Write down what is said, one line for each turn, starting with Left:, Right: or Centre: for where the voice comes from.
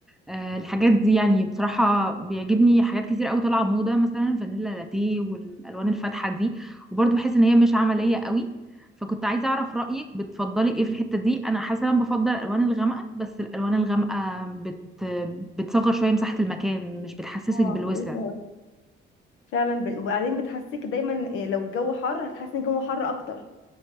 Centre: آه، الحاجات دي يعني بصراحة بيعجبني حاجات كتير قوي طالعة موضة مثلا فانيلا لاتيه والألوان الفاتحة دي وبرضه بحس إن هي مش عملية قوي فكنت عايزة أعرف رأيك بتفضلي إيه في الحتة دي أنا حاسة إن أنا بفضل الألوان الغامقة بس الألوان الغامقة بت... بتصغر شوية مساحة المكان مش بتحسسك
Left: اه
Centre: بالوسع
Left: كنت لسه هقول. فعلا ب... وبعدين بتحسسك دايما إيه، لو الجو حر هتحسي ان الجو حر اكتر